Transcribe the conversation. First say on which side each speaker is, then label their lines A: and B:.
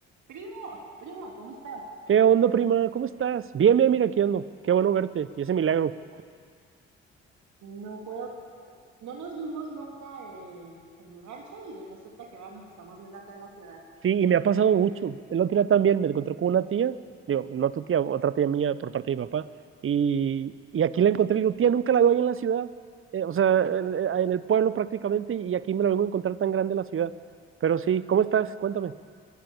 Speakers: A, on the right; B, on the right.
A: Primo, primo, ¿cómo estás?
B: ¿Qué onda, prima? ¿Cómo estás? Bien, bien, mira, aquí ando. Qué bueno verte. Y ese milagro.
A: No puedo, no nos vimos nunca eh, en el rancho y resulta que ahora nos estamos viendo acá en la ciudad.
B: Sí, y me ha pasado mucho. El otro día también me encontré con una tía, digo, no tu tía, otra tía mía por parte de mi papá. Y, y aquí la encontré y digo, tía, nunca la veo ahí en la ciudad. Eh, o sea, en, en el pueblo prácticamente, y aquí me la vengo a encontrar tan grande en la ciudad. Pero sí, ¿cómo estás? Cuéntame.